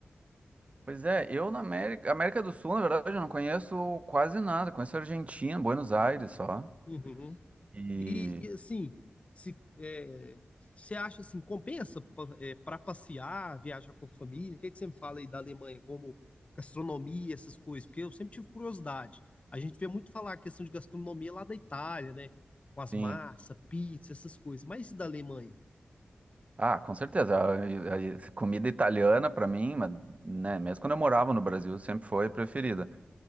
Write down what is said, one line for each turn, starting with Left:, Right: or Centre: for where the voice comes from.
Right: Pois é, eu na América, América do Sul, na verdade, eu não conheço quase nada. Conheço a Argentina, Buenos Aires só.
Left: Uhum.
Right: E
Left: E, e, assim, se é, você acha assim, compensa pa- é, para passear, viajar com a família? O que é que você me fala aí da Alemanha, como gastronomia, essas coisas? Porque eu sempre tive curiosidade. A gente vê muito falar a questão de gastronomia lá da Itália, né? Com as
Right: sim.
Left: massas, pizza, essas coisas. Mas e da Alemanha?
Right: Ah, com certeza. A- a- a comida italiana, para mim, mas, né, mesmo quando eu morava no Brasil, sempre foi preferida.